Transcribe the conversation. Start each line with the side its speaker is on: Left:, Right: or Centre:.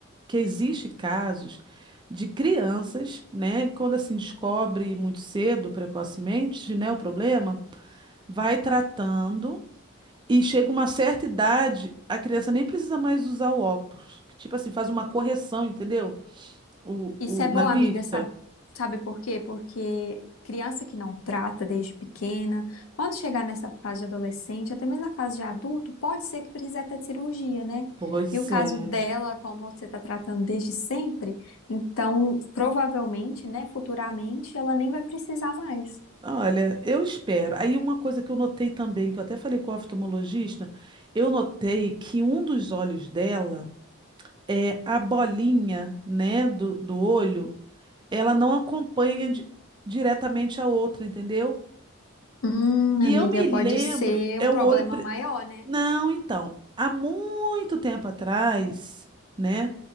Right: que existe casos de crianças, né, quando assim descobre muito cedo, precocemente, né, o problema, vai tratando e chega uma certa idade, a criança nem precisa mais usar o óculos, que tipo assim faz uma correção, entendeu? O,
Left: Isso
Right: o
Left: é bom,
Right: na vista.
Left: amiga, sabe, sabe por quê? Porque criança que não trata desde pequena, quando chegar nessa fase de adolescente, até mesmo na fase de adulto, pode ser que precise até de cirurgia, né?
Right: Pois
Left: E o caso
Right: é.
Left: dela, como você está tratando desde sempre, então provavelmente, né, futuramente, ela nem vai precisar mais.
Right: Olha, eu espero. Aí uma coisa que eu notei também, que eu até falei com o oftalmologista, eu notei que um dos olhos dela é a bolinha, né, do, do olho, ela não acompanha di- diretamente a outra, entendeu?
Left: Hum,
Right: E
Left: amiga,
Right: eu me
Left: pode
Right: lembro,
Left: ser
Right: é
Left: um problema
Right: o olho, pri-
Left: maior, né?
Right: não, então, há muito tempo atrás, né?